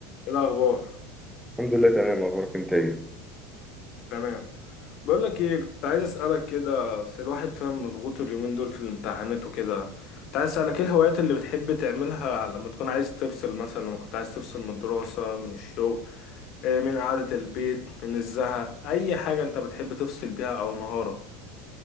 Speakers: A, on the left; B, in the centre.
A: إيه الأخبار
B: الحمد لله تمام اخبارك انت ايه
A: تمام بقول لك إيه كنت عايز أسألك كده أصل الواحد فاهم مضغوط اليومين دول في الامتحانات وكده كنت عايز أسألك إيه الهوايات اللي بتحب تعملها لما تكون عايز تفصل مثلا لما كنت عايز تفصل من الدراسة من الشغل إيه، من قعدة البيت من الزهق أي حاجة أنت بتحب تفصل بيها أو مهارة